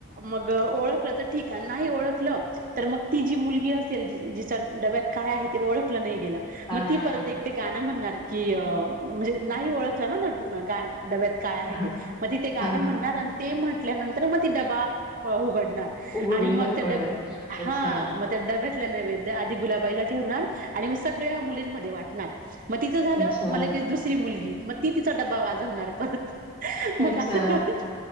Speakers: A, on the right; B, on the left.
A: मग ओळखलं तर ठीक आहे नाही ओळखलं. तर मग ती जी मुलगी असेल जिच्या डब्यात काय आहे ते ओळखलं नाही गेलं
B: हा
A: मग ती
B: हा
A: परत
B: हा
A: एक. ते गाणं म्हणणार की म्हणजे नाही ओळखलं ना डब्यात काय आहे
B: हा
A: ते. मग ति ते गाणं
B: हा हा
A: म्हणणार ते म्हटल्यानंतर मग त डबा उघडणार.
B: उघडून
A: आणि मग
B: दाखवणार.
A: त्या ड हा
B: अच्छा.
A: म. डगतल्या नैवेद्य आधी गुलाबाईला ठेवणार आणि म सगळ्या मुलींमध्ये वाटणार. मग तिचं झालं
B: अच्छा
A: मला दुसरी मुलगी मग ती तिचा डब्बा वाजवणार परत. मग
B: अच्छा
A: असं करत